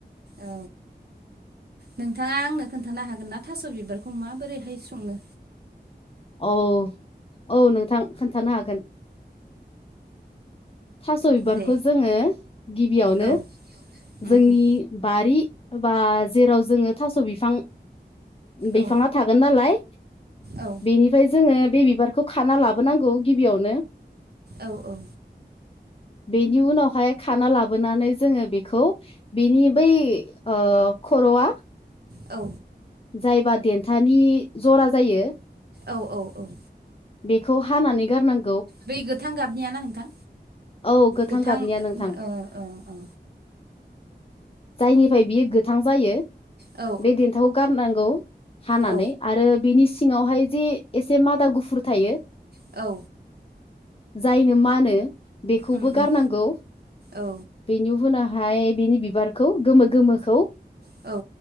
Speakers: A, on the right; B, on the left.
A: औ नोंथाङा आंनो खोन्थानो हागोन ना थास' बिबारखौ माबोरैहाय संनो
B: औ औ नोंथां खोन्थानो हागोन थास' बिबारखौ
A: दे
B: जोङो गिबियावनो
A: औ उम
B: जोंनि
A: उम
B: बारि बा जेराव जोङो थास' बिफां बिफाङा
A: औ
B: थागोन नालाय
A: औ
B: बेनिफ्राय जोङो बे बिबारखौ खाना लाबोनांगौ गिबियावनो
A: औ औ
B: बेनि उनावहाय खाना लाबोनानै जोङो बेखौ बिनि बै ओ खर औवा
A: औ
B: जायबा देन्थानि जरा जायो
A: औ औ औ
B: बेखौ हानानै गारनां
A: बै गोथां गाबनियाना नोंथां
B: औ
A: गोथां
B: गाबनिया नोंथां
A: ओ ओ औ
B: जायनिफ्राय बियो गोथां जायो
A: ओ औ
B: बे देन्थाखौ गारनांगौ हानानै
A: औ
B: आरो बेनि सिङावहाय जे एसे मादा गुफुर थायो
A: औ
B: जायनो मानो बेखौबो
A: उम
B: गारनांगौ
A: उम औ
B: बेनि उनावहाय बिनि बिबारखौ गोमो गोमोखौ
A: औ